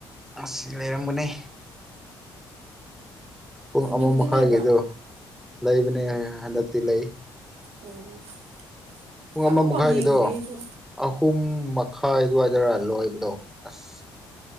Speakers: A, in the centre; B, on the right (about 65°).
A: ꯃꯁꯤ ꯂꯩꯔꯝꯒꯅꯤ ꯄꯨꯡ
B: ꯅꯨꯃꯤꯠ
A: ꯑꯃ
B: ꯈꯨꯗꯤꯡ
A: ꯃꯈꯥꯏꯒꯤꯗ
B: ꯂꯩꯕ꯭ꯔꯣ
A: ꯂꯩꯕꯅꯦ ꯍꯟꯗꯛꯇꯤ ꯂꯩ
B: ꯑꯣ
A: ꯄꯨꯡ ꯑꯃ
B: ꯑꯃꯐꯥꯎ
A: ꯃꯈꯥꯏꯒꯤꯗꯣ
B: ꯌꯦꯡꯗ꯭ꯔꯤ ꯑꯩꯁꯨ
A: ꯑꯍꯨꯝ ꯈꯥꯏ ꯑꯗꯨꯋꯥꯏꯗꯔ ꯂꯣꯏꯕꯗꯣ ꯑꯁ